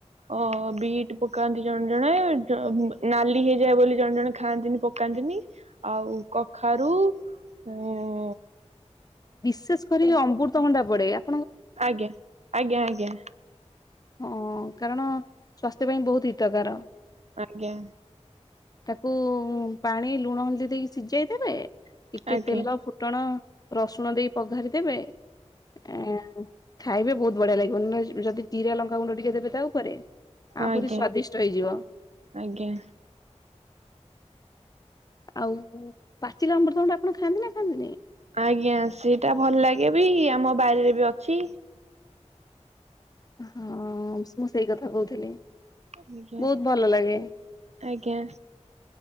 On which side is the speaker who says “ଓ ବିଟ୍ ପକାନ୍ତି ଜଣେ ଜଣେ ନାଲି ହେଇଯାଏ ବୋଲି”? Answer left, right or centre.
Right